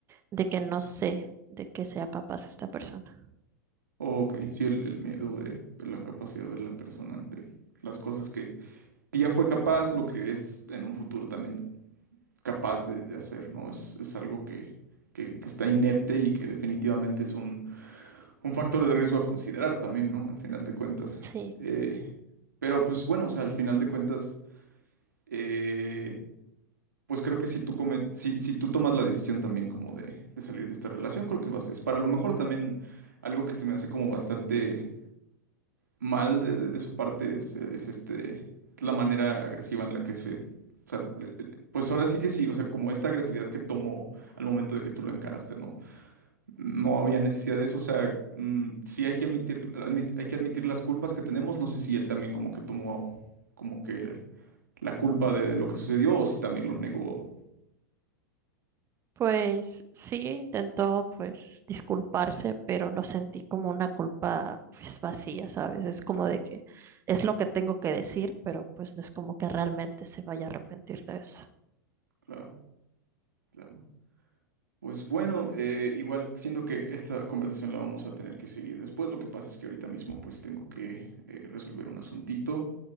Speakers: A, on the right; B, on the right.
A: de que no sé de qué sea capaz esta persona.
B: Ok, sí, el, el miedo de, de la capacidad de la persona, de las cosas que que ya fue capaz, lo que es en un futuro también capaz de, de hacer, ¿no? Es, es algo que, que, que está inerte y que definitivamente es un, un factor de riesgo a considerar también, ¿no? Al final de cuentas.
A: Sí,
B: Eh, pero pues bueno, o sea, al final de cuentas, eh, pues creo que si tú, come- si, si tú tomas la decisión también como de, de salir de esta relación, creo que vas, es para lo mejor también algo que se me hace como bastante... mal de, de- de su parte es, es, este, la manera agresiva en la que se... o sea, le- le- pues ahora sí que sí, o sea, como esta agresividad que tomó al momento de que tú lo encaraste, no, no había necesidad de eso, o sea, mm, sí hay que admitir, admit- hay que admitir las culpas que tenemos, no sé si él también como que tomó como que la culpa de, de lo que sucedió o si también lo negó.
A: pues sí, intentó pues disculparse, pero lo sentí como una culpa pues vacía, ¿sabes? Es como de que es lo que tengo que decir, pero pues no es como que realmente se vaya a arrepentir de eso.
B: Claro, claro. Pues bueno, eh, igual siento que esta conversación la vamos a tener que seguir después. Lo que pasa es que ahorita mismo pues tengo que eh, resolver un asuntito.